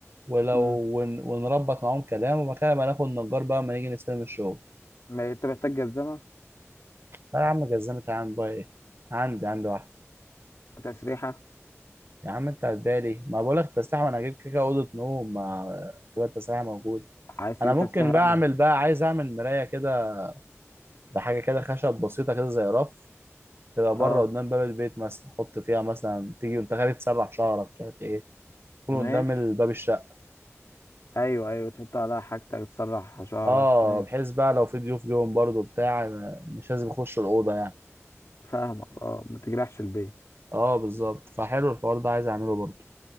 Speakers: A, on the right; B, on the left.
A: ولو
B: امم
A: ون... ونربط معاهم كلام ومكان ما ناخد نجار بقى ما نيجي نستلم الشغل
B: ما أنت محتاج جزمة
A: لا يا عم جزمت يا عم بقى إيه عندي عندي واحد
B: تسريحة
A: يا عم أنت هتبالي ما بقولك التسليح ما أنا هجيب كده أوضة نوم ما كده التسليح موجود
B: عايز تجيب
A: أنا ممكن
B: تسريحة
A: بقى
B: يعني
A: أعمل
B: في-
A: بقى عايز أعمل مراية كده بحاجة كده خشب بسيطة كده زي رف تبقى بره
B: اه
A: قدام باب البيت مثلا أحط فيها مثلا تيجي وأنت خارج تسرح شعرك مش عارف إيه يكون
B: ماشي
A: قدام ال- باب الشقة
B: أيوة أيوة تحط عليها حاجتك تسرح شعرك
A: اه
B: ماشي
A: بحيث بقى لو في ضيوف جوهم برضو بتاع ما- مش لازم يخش الأوضة يعني
B: فاهمك اه ما تجرحش البيت
A: اه بالظبط فحلو الحوار ده عايز اعمله برضو